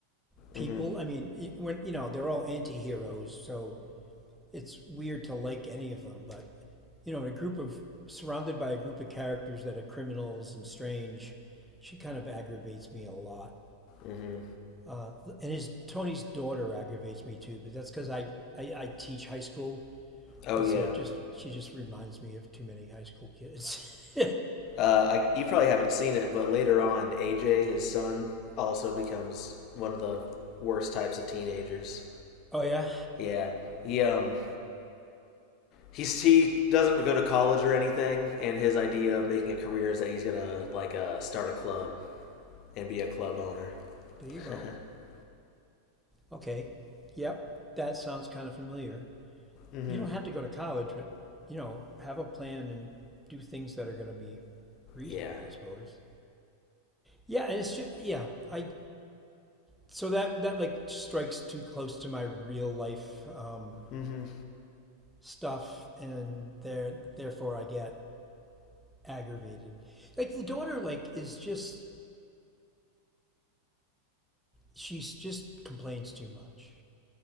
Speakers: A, in the centre; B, on the left (about 35°).
A: people.
B: Mm-hmm.
A: I mean, when you know they're all anti-heroes, so it's weird to like any of them. But you know, in a group of surrounded by a group of characters that are criminals and strange, she kind of aggravates me a lot.
B: Mm-hmm.
A: Uh, and his Tony's daughter aggravates me too, but that's because I, I I teach high school,
B: Oh
A: and
B: yeah.
A: so it just she just reminds me of too many high school kids.
B: Uh, I, you probably haven't seen it, but later on, AJ, his son, also becomes one of the worst types of teenagers.
A: <laughs> oh yeah,
B: Yeah, he um he's he doesn't go to college or anything, and his idea of making a career is that he's gonna like uh, start a club and be a club owner.
A: there you
B: <laughs>
A: go. Okay, yep, that sounds kind of familiar.
B: Mm-hmm.
A: you don't have to go to college, but you know, have a plan and do things that are going to be reasonable,
B: yeah.
A: I suppose. Yeah, and it's just, yeah, I so that that like strikes too close to my real life um,
B: Mm-hmm.
A: stuff, and there therefore I get aggravated. Like the daughter, like is just she's just complains too much.